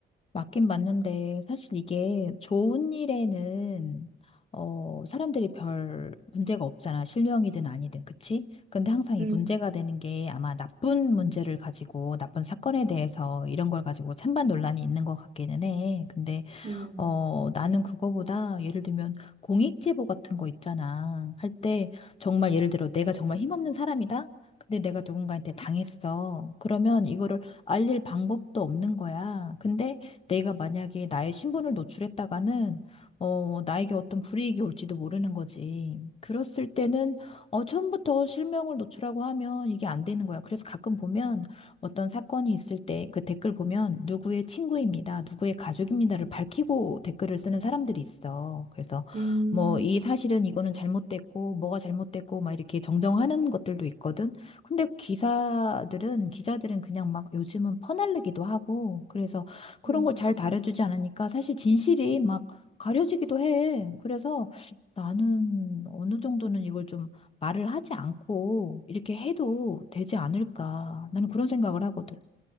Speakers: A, on the left; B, on the right.
A: 맞긴 맞는데, 사실 이게 좋은 일에는, 어, 사람들이 별 문제가 없잖아. 실명이든 아니든, 그치? 근데 항상 이
B: 음,
A: 문제가 되는 게 아마 나쁜 문제를 가지고, 나쁜 사건에 대해서 이런 걸 가지고 찬반 논란이 있는 것 같기는 해. 근데
B: 음,
A: 어, 나는 그거보다 예를 들면 공익 제보 같은 거 있잖아. 할 때 정말 예를 들어 내가 정말 힘없는 사람이다. 근데 내가 누군가한테 당했어. 그러면 이거를 알릴 방법도 없는 거야. 근데 내가 만약에 나의 신분을 노출했다가는 어, 나에게 어떤 불이익이 올지도 모르는 거지. 그랬을 때는 어, 처음부터 실명을 노출하고 하면 이게 안 되는 거야. 그래서 가끔 보면 어떤 사건이 있을 때 그 댓글 보면 누구의 친구입니다, 누구의 가족입니다를 밝히고 댓글을 쓰는 사람들이 있어. 그래서
B: 음,
A: 뭐 이 사실은 이거는 잘못됐고 뭐가 잘못됐고 막 이렇게 정정하는 것들도 있거든. 근데 기사들은 기자들은 그냥 막 요즘은 퍼날르기도 하고 그래서 그런
B: 음.
A: 걸 잘 다뤄주지 않으니까 사실 진실이 막 가려지기도 해. 그래서 나는 어느 정도는 이걸 좀 말을 하지 않고 이렇게 해도 되지 않을까. 나는 그런 생각을 하거든.